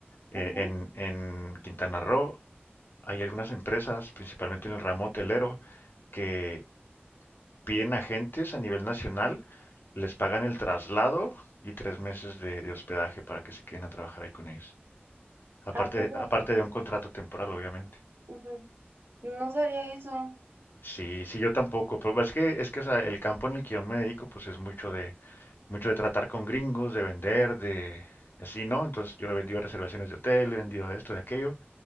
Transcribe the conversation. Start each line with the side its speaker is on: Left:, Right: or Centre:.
Left: eh,
Right: Ujú.
Left: en, en Quintana Roo hay algunas empresas, principalmente en el ramo hotelero, que piden agentes a nivel nacional, les pagan el traslado y tres meses de, de hospedaje para que se queden a trabajar ahí con ellos. Aparte,
Right: ¿A poco?
Left: aparte de un contrato temporal, obviamente.
Right: Ujú. No sabía eso.
Left: Sí, sí, yo tampoco. Pues es que, es que, o sea, el campo en el que yo me dedico, pues es mucho de, mucho de tratar con gringos, de vender, de así, ¿no? Entonces yo he vendido reservaciones de hotel, he vendido esto, de aquello.